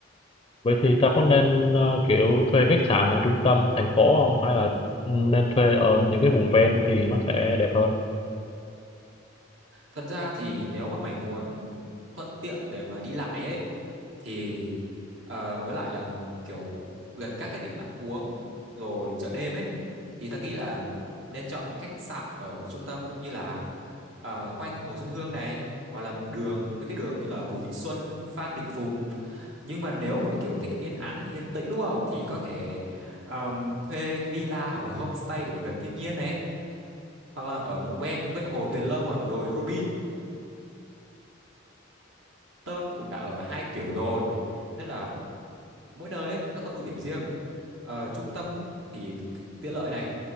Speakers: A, on the left; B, on the right.
A: Vậy thì tao có nên ờ, kiểu thuê khách sạn ở trung tâm thành phố không hay là ừ, nên thuê ở những cái vùng ven thì nó sẽ đẹp hơn?
B: Thật ra thì nếu mà mày muốn thuận tiện để mà đi lại ấy thì ờ, với lại là kiểu gần các cái điểm ăn uống rồi chợ đêm ấy thì ta nghĩ là nên chọn khách sạn ở trung tâm như là ờ, quanh Hồ Xuân Hương này hoặc là đường mấy cái đường như là Bùi Thị Xuân, Phan Đình Phùng nhưng mà nếu mà kiểu thích yên ắng yên tĩnh đúng không thì có thể ờm, thuê villa hoặc là homestay để mà gần thiên nhiên này hoặc là ở vùng ven quanh hồ Tuyền Lâm hoặc là đồi Robin tớ cũng đã ở hai kiểu rồi nên là mỗi nơi ấy nó có ưu điểm riêng Ờ, trung tâm thì tiện lợi này,